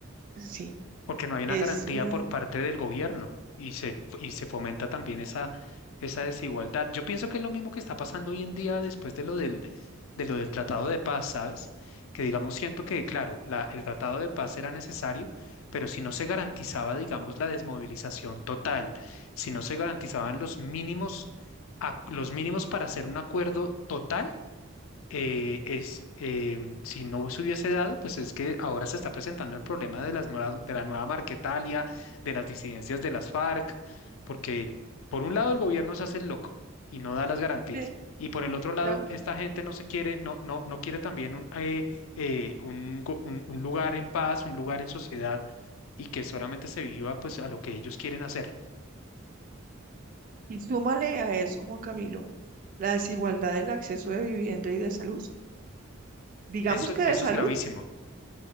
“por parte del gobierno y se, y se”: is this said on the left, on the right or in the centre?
Left